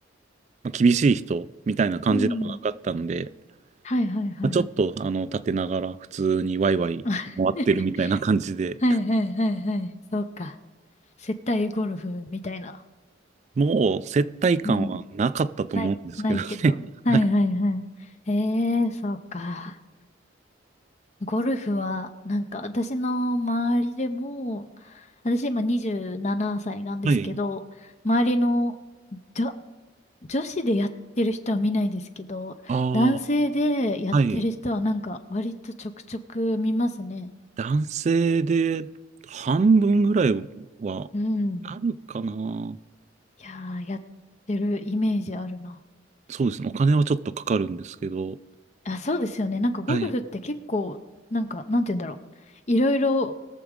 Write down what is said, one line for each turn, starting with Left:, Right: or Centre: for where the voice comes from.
Right: ま厳しい人みたいな感じでもなかったんで、
Left: うんはいはいはい。
Right: まあ、ちょっとあの立てながら普通にワイワイ回ってるみたいな感じで、
Left: <laughs> はいはいはいはい。そうか。接待ゴルフみたいな。
Right: もう接待感はなかったと思うんですけどね。
Left: うん。ない、ないけど。
Right: <laughs>
Left: はいはいはい。
Right: はい。
Left: ええー、そうか。ゴルフは、なんか私の周りでも、私今27歳ななさいなんですけど、
Right: はい。
Left: 周りの女、女子でやってる人は見ないですけど、
Right: あ
Left: 男性でやってる人はなんか割とちょくちょく見ますね。
Right: あ、はい。男性で半分ぐらいは
Left: うん。
Right: あるかな。
Left: いやー、やってるイメージあるな。
Right: そうですね。お金はちょっとかかるんですけど。
Left: あ、そうですよね。なんかゴルフって結構、
Right: はい。
Left: なんか、なんて言うんだろう。いろいろ、